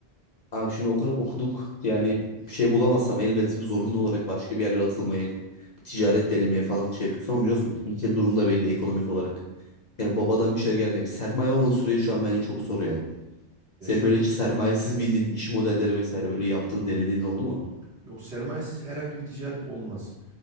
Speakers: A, on the left (about 45°); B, on the right (about 70°).
A: Abi şimdi o kadar okuduk yani bir şey bulamazsam elbette bir zorunlu olarak başka bir yerlere atılmayı, ticaret denemeyi falan şey yapıyorsun ama biliyorsun ülkenin durumu da belli ekonomik olarak. Yani babadan bir şey gelmiyor. Sermaye olmadığı sürece şu an bence çok zor ya.
B: Ya
A: Sen
B: şöyle
A: böyle hiç sermayesiz bildiğin iş modelleri vesaire böyle yaptın denediğin oldu mu?
B: yok sermayesiz herhangi bir ticaret olmaz.